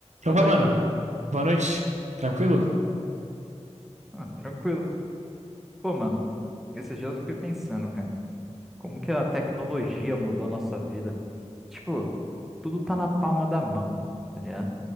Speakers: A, on the right (about 75°); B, in the centre.
A: Opa,
B: Boa noite.
A: mano. Boa noite. Tranquilo?
B: Ah, tranquilo. Pô, mano, esses dias eu fiquei pensando, cara, como que a tecnologia mudou a nossa vida? Tipo, tudo tá na palma da mão, tá ligado?